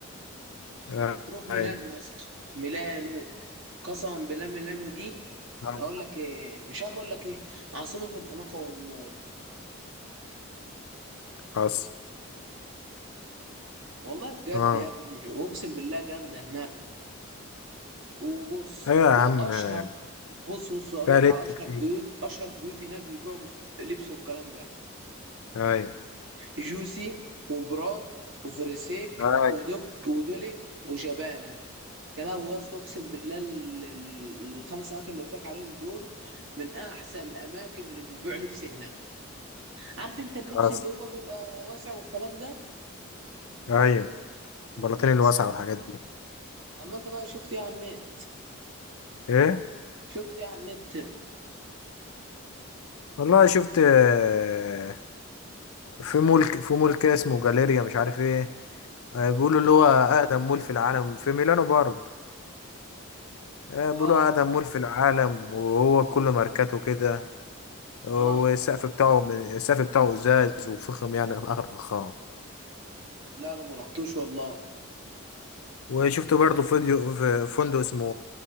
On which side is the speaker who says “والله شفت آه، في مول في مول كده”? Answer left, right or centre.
Left